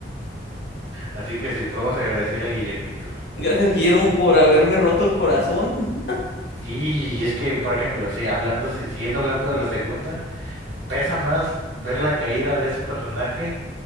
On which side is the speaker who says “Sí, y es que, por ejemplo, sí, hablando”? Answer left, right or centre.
Right